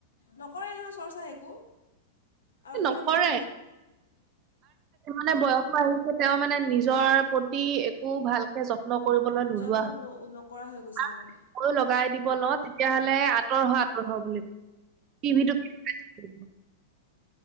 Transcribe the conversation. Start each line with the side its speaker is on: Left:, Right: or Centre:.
Left: নকৰে নহয় চৰ্চা একো। আৰু
Right: এ
Left: গোটেই
Right: নকৰে
Left: মানুহ,
Right: আৰু এনে বয়স আহিছে তেওঁ মানে নিজৰ, একো ভালকে যত্ন, কৰিবলৈ নোলোৱা
Left: যত্ন ন নকৰা হৈ গৈছে
Right: হৈ,
Left: মানে
Right: লগাই দিব লওঁ তেতিয়াহলে। আঁতৰ হোৱা আঁতৰ হ বুলি কি ভি